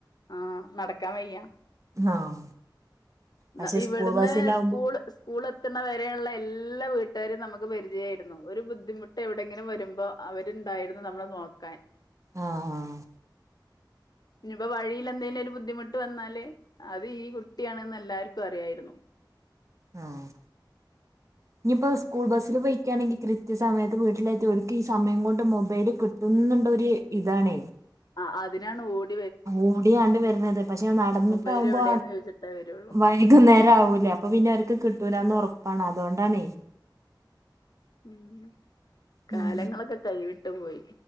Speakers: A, on the left (about 55°); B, on the right (about 40°).
A: ആഹ് നടക്കാവയ്യ
B: ആഹ് പക്ഷെ
A: ന്ന ഇവട്ന്ന്
B: സ്കൂൾ ബസ്സിലാവുമ്പോ
A: സ്കൂള് സ് സ്കൂൾ എത്തുന്നവരേള്ള എല്ല വീട്ടെരിം നമക്ക്പരിജയേര്ന്നു ഒരു ബുദ്ധിമുട്ട് എവിടെങ്കിലും വരുമ്പോ അവര്ണ്ടായിരുന്നു നമ്മളെനോക്കാൻ
B: ആഹ് ആഹ്
A: പ്പൊ വഴിലെന്തേലൊരു ബുദ്ധിമുട്ട് വന്നാല് അത് ഈ കുട്ടിയാണന്ന് എല്ലാർക്കും അറിയായിര്ന്നു
B: ആഹ് ഇഞ്ഞിപ്പോ സ്കൂൾബസ്സില് പൊയ്ക്കാണെങ്കി കൃത്യസമയത്ത് വീട്ടിലെത്തി ഓര്ക്ക് ഈ സമയംകൊണ്ട് മൊബൈൽ കിട്ട് ട്ടുന്നുള്ളൊര് ഇതാണേ
A: ആഹ് അതിനാണ് ഓട്
B: ഓടിയണ്ട് വര്ന്നത് പഷെ നടന്നിട്ടാവുമ്പോ
A: മൊബൈൽ എവിടെയെന്ന്
B: വഴി
A: ചോദിച്ചിട്ടേ വരുള്ളൂ
B: വൈകുന്നേരാവൂലേ അപ്പൊപിന്നെ ഓര്ക്ക് കിട്ടുലാന്ന്ഒറപ്പാണ് അതോണ്ടാണേ
A: ഉം കാലങ്ങളൊക്കെ
B: ഉം
A: കൈവിട്ട്പോയി